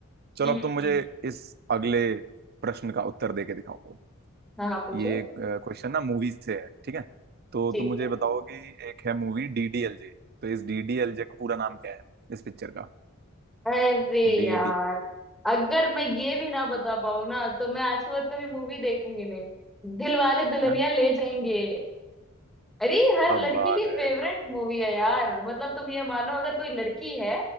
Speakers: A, on the right (about 45°); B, in the centre.
A: चलो
B: हम्म
A: अब
B: हम्म
A: तुम मुझे
B: हम्म।
A: इस अगले प्रश्न का उत्तर दे के दिखाओ
B: हाँ हाँ पूछो
A: ये क्वेश्चन ना मूवी से है ठीक है तो
B: ठीक
A: तुम मुझे
B: है
A: बताओ कि एक है मूवी डीडीएलजे तो इस डीडीएलजे का पूरा नाम क्या है इस पिक्चर का
B: अरे
A: डीडी
B: यार अगर मैं ये भी ना बता पाऊँ ना तो मैं आज के बाद कभी मूवी देखूंगी नहीं दिल वाले
A: क्या
B: दुल्हनिया ले जाएंगे अरे हर लड़की
A: बात
B: की फेवरेट
A: है क्या
B: मूवी है यार मतलब तुम ये मानो अगर कोई लड़की है